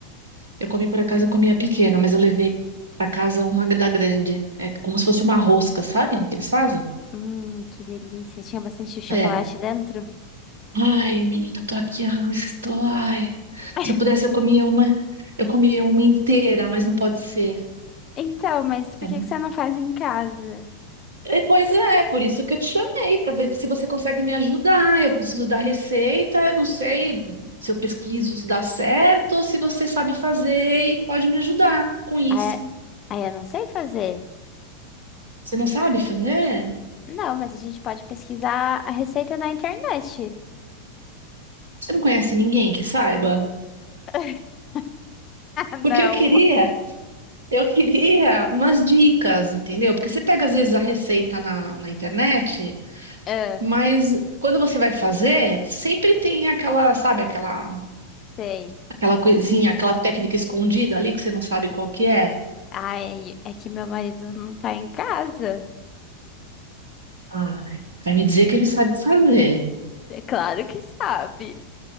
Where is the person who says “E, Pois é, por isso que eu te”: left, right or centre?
Right